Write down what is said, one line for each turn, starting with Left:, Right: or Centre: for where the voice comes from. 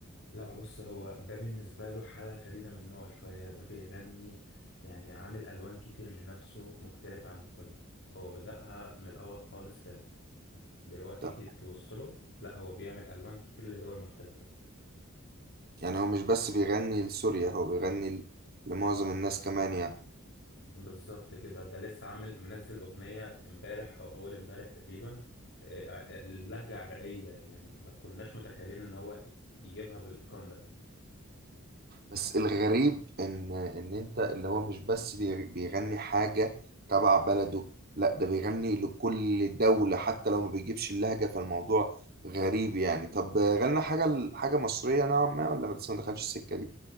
Left: لا بص هو ده بالنسبة له حالة فريدة من نوعه شوية ده بيغني يعني عامل ألوان كتير لنفسه مختلف عن الكل هو بدأها من الأول خالص راب دلوقتي
Right: طب،
Left: جيت تبص له لا هو بيعمل ألوان كتير لدول مختلفة
Right: يعني هو مش بس بيغني لسوريا هو بيغني ل- لمعظم الناس كمان يعني
Left: بالظبط كده ده لسه عامل منزل أغنية امبارح أو أول امبارح تقريبا آه، آه، لهجة عراقية يعني ما كناش متخيلين إن هو يجيبها بالإتقان ده
Right: بس الغريب ان ان انت اللي هو مش بس بي- بيغني حاجة تبع بلده لا ده بيغني لكل دولة حتى لو ما بيجيبش اللهجة فالموضوع غريب يعني طب غنى حاجة حاجة مصرية نوعا ما ولا ما لسه ما دخلش السكة دي